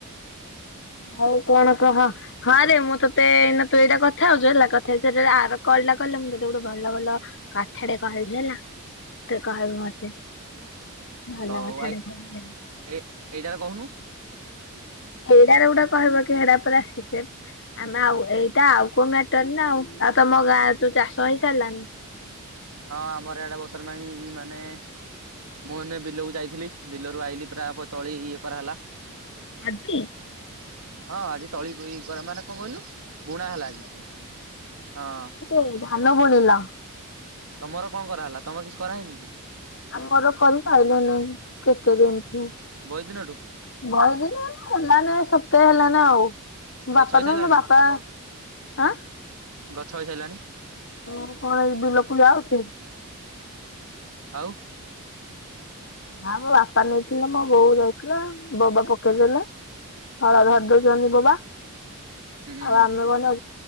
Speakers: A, on the left; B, on the right.
A: ଆଉ କଣ କହ। ହଁ ରେ ମୁଁ ତତେ ଏଇନା ତୁ ଏଇଟା କଥା ହେଉଚୁ ହେଲା କଥା ହେଇସରିଲେ ଆର କଲଟା କଲେ ମୁଁ ତତେ ଗୋଟେ ଭଲ ଭଲ କାଥା ଟେ କହିବି ହେଲା ତୁ କହିବୁ ମତେ। ଭଲ
B: ହଉ
A: କଥାଟେ
B: ଆଈ
A: କହିବି ଆଉ।
B: ଏଇ ଏଇଟାରେ କହୁନୁ।
A: ଏଇଟାରେ ଗୋଟେ କହିବ କି ସେଟା ପରା ସିକ୍ରେଟ। ଆମେ ଆଉ ଏଇଟା ଆଉ କୋଉ ମ୍ୟାଟର ନା ଆଉ ଆଉ ତମ ଗାଁରେ ଯୋଉ ଚାଷ ହେଇ ସାରିଲାନି?
B: ହଁ ଆମର ଏଇଡେ <unintelligible> ପାଇଁ ମାନେ ମୁଁ ଏନେ ବିଲକୁ ଯାଇଥିଲି, ବିଲରୁ ଆଇଲିି ପୁରା ତଳି ଇଏ କରାଗଲା।
A: ଆଜି?
B: ହଁ, ଆଜି ତଳି ବୁଇ ମାନେ କଣ କହିଲୁ ବୁଣା ହେଲା ଆଜି ହଁ।
A: ଏଇ ଧାନ ବୁଣିଲ।
B: ତମର କଣ କରାହେଲା ତମେ କିଛି କରାହେଇନି କି?
A: ଆମର କରି ସାଇଲେନୀ କେତେ ଦିନଠୁ।
B: ବହି ଦିନଠୁ
A: ବହେଦିନ ହେଲାନୀ ସପ୍ତାହେ ହେଲାନି ଆଉ। ବାପା
B: ଗଛ ହେଇସାରିଲାଣି
A: ନୁହଁ ମୋ ବାପା ଆଁ
B: ଗଛ ହେଇସାରିଲାଣି?
A: ମୁଁ କଣ ବିଲକୁ ଯାଉଚି।
B: ଆଉ?
A: ନା ମୋ ବାପା ନେଇଥିଲେ, ମୋ ବୋଉ ଯାଇଥିଲା, ବୋବା ପକେଇଦେଲେ। ହଳ ଧରି ଦଉଚନ୍ତି ବୋବା
B: ହୁଁ
A: ଆଉ ଆମେ ଗନେ